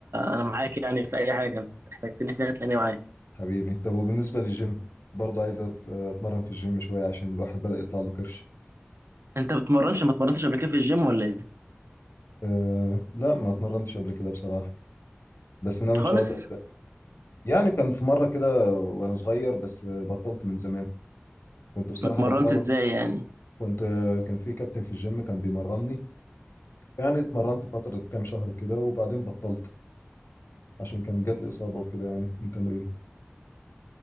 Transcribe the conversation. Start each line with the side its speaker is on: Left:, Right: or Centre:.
Right: انا معاك يعني في اي حاجة انت احتجتني فيها تلاقيني معاك
Left: حبيبي طب وبالنسبه للجيم برضه عايز أت- اتمرن في الجيم شويه عشان الواحد بدا يطلع له كرش
Right: انت بتمرنش ما اتمرنتش قبل كده في الجيم ولا ايه
Left: أه لا ما اتمرنتش قبل كده بصراحه بس ناوي ان
Right: خالص
Left: شاء الله ابدا يعني كان في مره كده وانا صغير بس بطلت من زمان كنت بصراحه
Right: اتمرنت
Left: بتمرن
Right: ازاي يعني
Left: كنت كان في كابتن في الجيم كان بيمرني يعني اتمرنت فترة كام شهر كده وبعدين بطلت عشان كان جات لي إصابة وكده يعني من تمرين